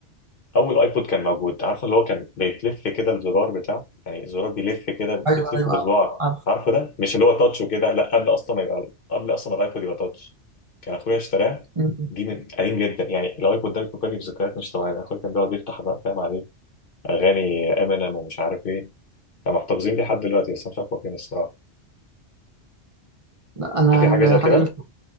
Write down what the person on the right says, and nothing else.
أيوه
أيوه عارف
عارف
مم.
لا أنا
الحاجة
اللي فاكرها